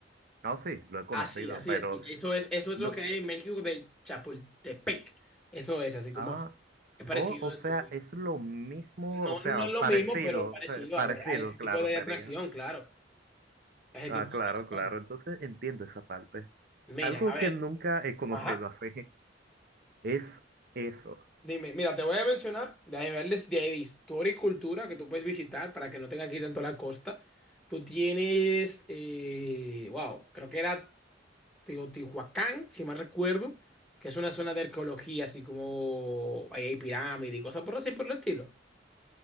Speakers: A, on the right (about 50°); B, in the centre.
A: Ah, sí, lo he conocido,
B: Así, así,
A: pero
B: así. Eso es, eso es
A: no.
B: lo que hay en México de Chapultepec. Eso es, así como
A: Ah,
B: es. Es parecido
A: oh, o
B: a
A: sea,
B: eso, sí.
A: es lo mismo,
B: No,
A: o sea,
B: no es lo
A: parecido,
B: mismo, pero parecido
A: se- parecido,
B: a, a ese tipo
A: claro,
B: de
A: sería.
B: atracción, claro. A ese
A: Ah,
B: tipo de
A: claro,
B: atracción.
A: claro. Entonces entiendo esa parte.
B: Mira,
A: Algo
B: a ver.
A: que nunca he conocido
B: Ajá.
A: así <laughs> es eso.
B: Dime, mira, te voy a mencionar de niveles de ahí de historia y cultura que tú puedes visitar para que no tengas que ir tanto a la costa. Tú tienes, eh, wow, creo que era Teotihuacán, si mal recuerdo, que es una zona de arqueología, así como ahí hay pirámides y cosas por así por el estilo.